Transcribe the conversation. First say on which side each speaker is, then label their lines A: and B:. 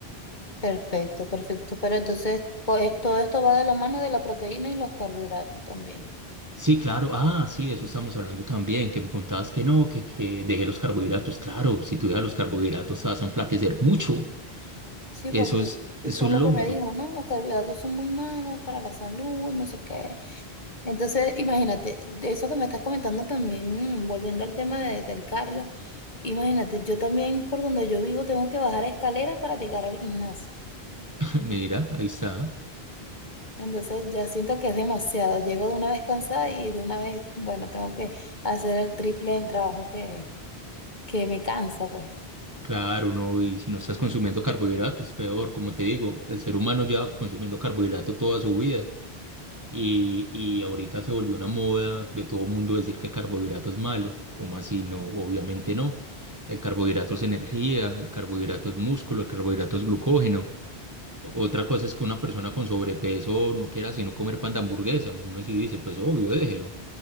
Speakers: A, on the left (about 45°); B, on the right (about 20°).
A: Perfecto, perfecto. Pero entonces co- es- todo esto va de la mano de la proteína y los carbohidratos también.
B: Sí, claro, ah, sí, de eso estamos hablando también, que me contabas que no, que, que dejé los carbohidratos, claro, si tú dejas los carbohidratos te vas a enflaquecer mucho,
A: Sí,
B: eso
A: porque
B: es, eso
A: fue
B: es
A: lo
B: lógico.
A: que me dijo, ¿no? Los carbohidratos son muy malos para la salud y no sé qué. Entonces, imagínate, de eso que me estás comentando también, mm, volviendo al tema de- del cardio, imagínate, yo también por donde yo vivo tengo que bajar escaleras para llegar al gimnasio.
B: <laughs> Mira, ahí está.
A: Entonces ya siento que es demasiado. Llego de una vez cansada y de una vez, bueno, tengo que hacer el triple del trabajo que, que me cansa, pues.
B: Claro, no, y si no estás consumiendo carbohidratos, peor, como te digo, el ser humano lleva consumiendo carbohidrato toda su vida y, y ahorita se volvió una moda de todo mundo decir que el carbohidrato es malo, ¿cómo así? No, obviamente no. El carbohidrato es energía, el carbohidrato es músculo, el carbohidrato es glucógeno. Otra cosa es que una persona con sobrepeso no quiera sino comer pan de hamburguesa, uno sí dice, pues obvio, déjelo